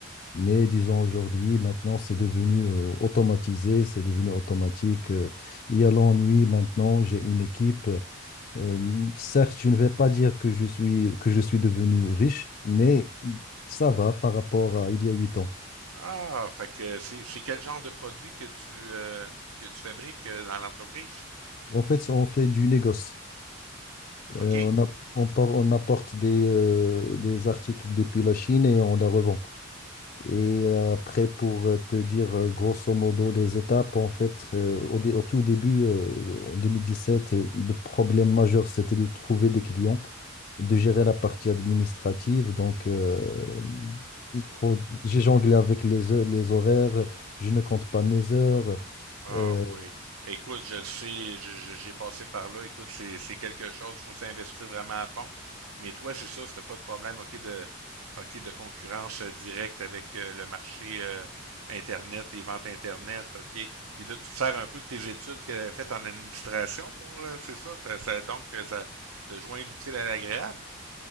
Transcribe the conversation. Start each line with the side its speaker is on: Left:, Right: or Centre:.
Left: Mais disons aujourd'hui, maintenant, c'est devenu euh, automatisé, c'est devenu automatique. euh, il y a l'ennui maintenant, j'ai une équipe. euh, certes, je ne vais pas dire que je suis, que je suis devenu riche, mais ça va par rapport à il y a huit ans.
Right: Ah, fait que c'est c'est quel genre de produit que tu euh, que tu fabriques euh, dans l'entreprise?
Left: En fait, on fait du négoce. Euh,
Right: OK.
Left: on a- on, par- on apporte des, euh, des articles depuis la Chine et on la revend. Et euh, après, pour euh, te dire euh, grosso modo les étapes, en fait, euh, au, dé- au tout début, euh, en 2017, euh, le problème majeur, c'était de trouver des clients, de gérer la partie administrative. Donc, euh, il faut,
Right: Ah
Left: j'ai jonglé avec les, heures- les horaires, je ne compte pas mes heures.
Right: ah
Left: euh,
Right: oui. Écoute, je le sais, je- je- j'ai passé par là. Écoute, c'est c'est quelque chose, faut s'investir vraiment à fond. Mais toi, c'est ça, c'était pas de problème, OK, de OK, de concurrence euh, directe avec euh, le marché euh, Internet, les ventes Internet, OK. Puis là, tu te sers un peu de tes études que tu faites en administration pour euh, c'est ça, ça, ça- donc euh, ça te joint l'utile à l'agréable.